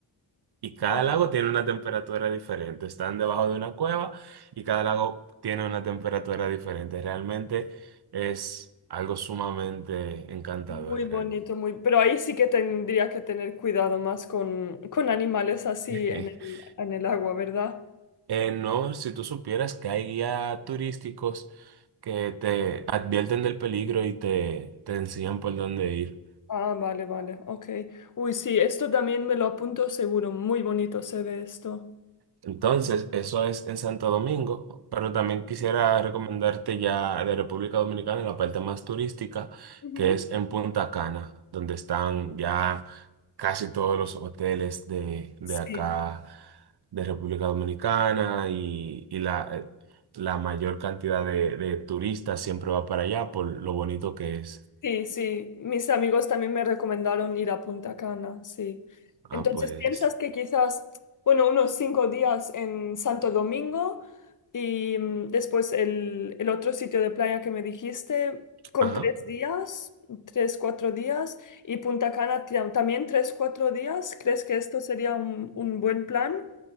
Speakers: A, on the right (about 60°); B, on the left (about 45°).
A: Y cada
B: Wow.
A: lago tiene una temperatura diferente. Están debajo de una cueva y cada lago tiene una temperatura diferente. Realmente es algo sumamente encantador,
B: Muy bonito,
A: realmente.
B: muy... Pero ahí sí que tendrías que tener cuidado más con, con animales así
A: <laughs>
B: en el, en el agua, ¿verdad?
A: Eh, no, si tú supieras que hay guías turísticos que te advierten del peligro y te, te enseñan por dónde ir.
B: Ah, vale, vale, ok. Uy, sí, esto también me lo apunto seguro. Muy bonito se ve esto.
A: Entonces, eso es en Santo Domingo, pero también quisiera recomendarte ya de República Dominicana la parte más turística,
B: Ujú.
A: que es en Punta Cana, donde están ya casi todos los hoteles de, de
B: Sí.
A: acá, de República Dominicana, y, y la, eh, la mayor cantidad de, de turistas siempre va para allá por lo bonito que es.
B: Sí, sí, mis amigos también me recomendaron ir a Punta Cana, sí.
A: Ah,
B: Entonces,
A: pues,
B: ¿piensas que quizás, bueno, unos cinco días en Santo Domingo y mm, después el, el otro sitio de playa que me dijiste, con
A: ajá.
B: tres días, tres, cuatro días, y Punta Cana tam- también tres, cuatro días? ¿Crees que esto sería un, un buen plan?